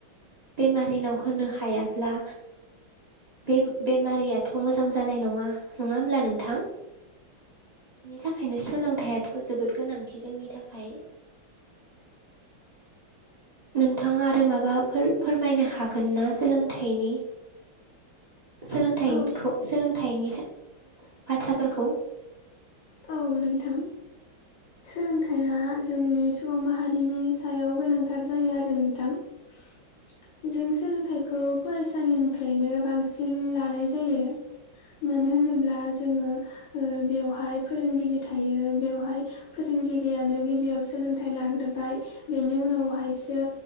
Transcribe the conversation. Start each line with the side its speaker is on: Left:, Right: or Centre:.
Right: बेमारिनाव होनो हायाब्ला बे बेमारियाथ' मोजां जानाय नङा नङा होमब्ला नोंथां। बिनि थाखायनो सोलों थाइआथ' जोबोद गोनांथि जोंनि थाखाय।
Left: <inaudible>
Right: नोंथाङा आरो माबाफोर फोरमायनो हागोन ना सोलोंथाइनि। सोलोंथाइनिखौ
Left: औ
Right: सोलोंथाइनि बाथ्राफोरखौ।
Left: औ नोंथां। सोलोंथाइया जोंनि सुबुं माहारिनि सायाव गोनांथार जायो आरो नोंथां। <inaudible> जों सोलोंथाइखौ फरायसालिनिफ्रायनो बांसिन लानाय जायो। मानो होनोब्ला जोङो बेवहाय फोरोंगिरि थायो बेयावहाय फोरोंगिरियानो गिबियाव सोलोंथाइ लाग्रोबाय बेनि उनाव नावहायसो